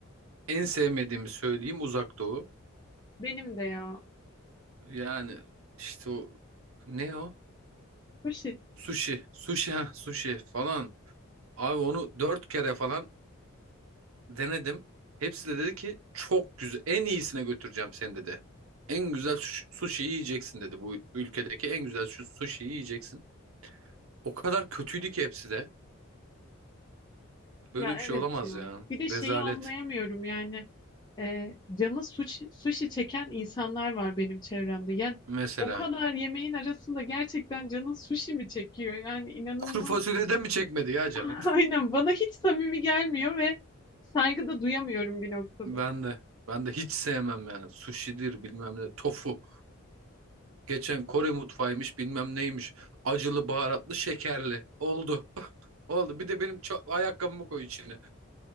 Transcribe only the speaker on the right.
En sevmediğimi söyleyeyim Uzak Doğu.
Yani işte o ne o?
Sushi. Sushi ha sushi falan. Abi onu dört kere falan denedim. Hepsi de dedi ki çok güzel. En iyisine götüreceğim seni dedi. En güzel sushi sushi yiyeceksin dedi. Bu ülkedeki en güzel şu sushi yiyeceksin. O kadar kötüydü ki hepsi de. Böyle
bir şey
olamaz
ya.
Rezalet.
Mesela.
Kuru fasulyede mi çekmedi ya
canın?
Ben de. Ben de hiç sevmem yani. Sushi'dir bilmem ne. Tofu. Geçen Kore mutfağıymış bilmem neymiş. Acılı baharatlı şekerli. Oldu. <laughs> Oldu. Bir de benim ça- ayakkabımı koy içine.